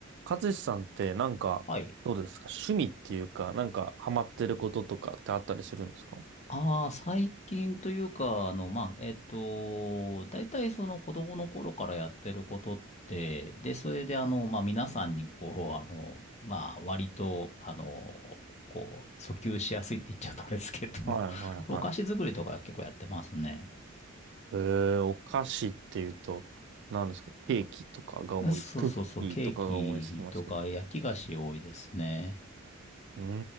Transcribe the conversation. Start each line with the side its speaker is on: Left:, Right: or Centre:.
Right: 勝さんってなんか、
Left: はい。
Right: どうですか趣味っていうか、なんかハマってることとかってあったりするんですか
Left: ああ、最近というか、あの、まあ、えっと、大体その子供の頃からやってることって、で、それであの、まあ、皆さんにこう、あの、まあ、割と、あの、こう、訴求しやすいって言っちゃうとあれですけれども、
Right: はいはいはい。
Left: <laughs> お菓子作りとか結構やってますね。
Right: えー、お菓子っていうと、何ですかケーキとかが思いつ、
Left: そうそうそう、
Right: クッキーとかが思いつきますけど。
Left: ケーキとか焼き菓子多いですね。
Right: うー